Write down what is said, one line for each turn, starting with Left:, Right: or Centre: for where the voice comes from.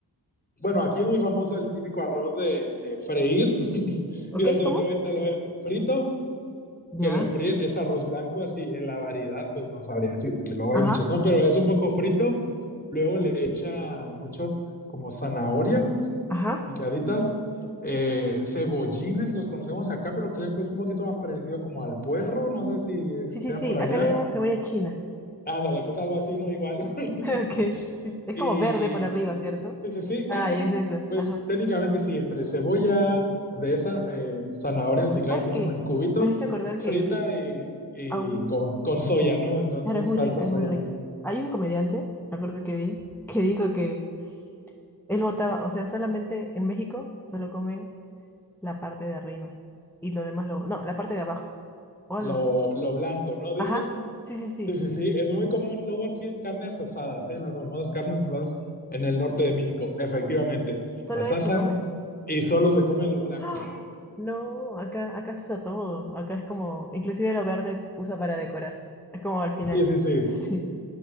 Left: Bueno, aquí es muy famoso el típico arroz de, de freír. <laughs>
Centre: ¿Ok?
Left: Mira, te,
Centre: ¿Cómo?
Left: te voy- te lo voy- frito
Centre: Ya.
Left: que lo fríen es arroz blanco, así, en la variedad, pues no sabría así, porque luego
Centre: Ajá,
Left: hay muchas, no, pero es un poco frito, luego le echan mucho como zanahorias
Centre: ajá.
Left: picaditas, eh, cebollines, los conocemos acá, pero creo que es un poquito más parecido como al puerro, no sé si
Centre: Sí,
Left: sea
Centre: sí, sí,
Left: por allá,
Centre: acá le llamamos cebolla china.
Left: ándale, pues algo así, no igual, <laughs>
Centre: <laughs> Ok, sí, sí. Es
Left: y
Centre: como verde por arriba, ¿cierto?
Left: Sí, sí, sí,
Centre: Ah,
Left: esa,
Centre: y es esa,
Left: pues
Centre: ajá.
Left: técnicamente sí, entre cebolla de esa, eh, zanahorias picadas
Centre: ¿Sabes
Left: así
Centre: qué?
Left: como en cubitos,
Centre: Me has hecho acordar
Left: frita
Centre: que vi
Left: y, y
Centre: a un
Left: con, con soya, ¿no? Entonces,
Centre: Claro, es muy
Left: salsa
Centre: rica,
Left: soya.
Centre: es muy rica. Hay un comediante, me acuerdo que vi, que dijo que él votaba, o sea, solamente en México solo comen la parte de arriba y lo demás lo... No, la parte de abajo o algo.
Left: Lo, lo blanco, ¿no? Dices.
Centre: Ajá, sí, sí, sí.
Left: Sí, sí, sí, es muy común luego aquí en carnes asadas, ¿eh? Las famosas carnes asadas en el norte de México, efectivamente.
Centre: ¿Solo
Left: Las
Centre: eso
Left: asan
Centre: comen?
Left: y solo se comen lo blanco.
Centre: ¡Ah! No, acá, acá se usa todo. Acá es como, inclusive lo verde usa para decorar. Es como al final.
Left: Sí, sí, sí.
Centre: <laughs> Sí,